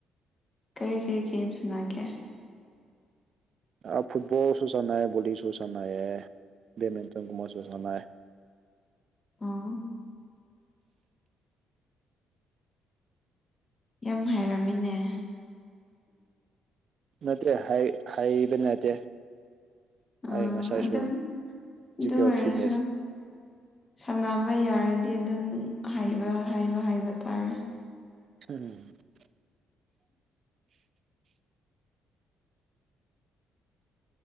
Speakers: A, on the left; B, on the right.
A: ꯀꯔꯤ ꯀꯔꯤ ꯒꯦꯝ ꯁꯥꯅꯒꯦ
B: ꯑ ꯐꯨꯠꯕꯣꯜꯁꯨ ꯁꯥꯟꯅꯩꯌꯦ ꯚꯣꯂꯤꯁꯨ ꯁꯥꯟꯅꯩꯌꯦ ꯕꯦꯗꯃꯤꯟꯇꯟꯒꯨꯝꯕꯁꯨ ꯁꯥꯟꯅꯩ
A: ꯑꯣ ꯌꯥꯝ ꯍꯥꯏꯔꯝꯃꯤꯅꯦ
B: ꯅꯠꯇ꯭ꯔꯦ ꯍꯩ ꯍꯩꯕ ꯅꯠꯇꯦ
A: ꯑ
B: ꯑꯩ ꯉꯁꯥꯏꯁꯨ
A: ꯑꯗꯨꯝ
B: ꯐꯤꯖꯤꯀꯦꯜ
A: ꯑꯗꯨ ꯑꯣꯏꯔꯖꯨ
B: ꯐꯤꯠꯅꯦꯁ
A: ꯁꯥꯟꯅꯕ ꯌꯥꯔꯗꯤ ꯑꯗꯨꯝ ꯍꯥꯏꯕ ꯍꯥꯏꯕ ꯍꯥꯏꯕ ꯇꯥꯔꯦ
B: <unintelligible>